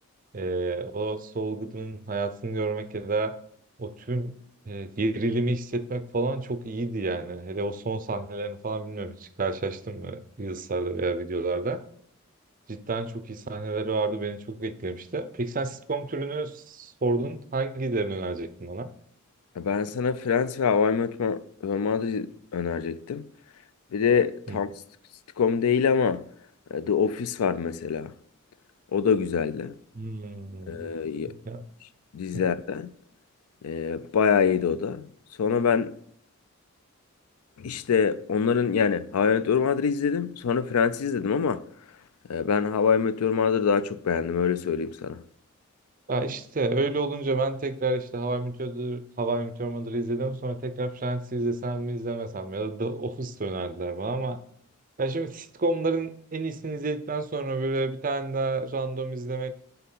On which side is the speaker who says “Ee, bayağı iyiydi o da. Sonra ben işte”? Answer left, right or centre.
Left